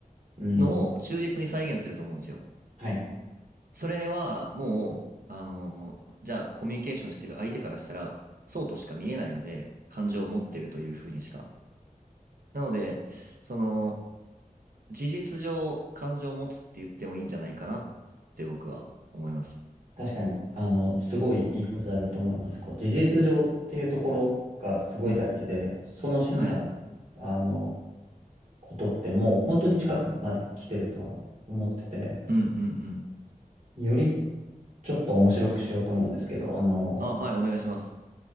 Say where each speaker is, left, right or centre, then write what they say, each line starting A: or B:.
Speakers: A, on the right; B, on the right.
A: うん。
B: のを忠実に再現すると思うんですよ。
A: はい。
B: それはもう、あの、じゃあコミュニケーションしてる相手からしたら、そうとしか見えないので、感情を持ってるというふうにしかなので、その、事実上、感情を持つって言ってもいいんじゃないかなって僕は思います。
A: 確かに、あの、すごいいい答えだと思います。こう、事実上っていうところがすごい大事で、
B: うん。
A: その俊さんの、
B: はい。
A: あの、ことってもう本当に近くまで来てるとは思ってて、
B: うんうんうん。
A: よりちょっと面白くしようと思うんですけど、あの、
B: あ、はい、お願いします。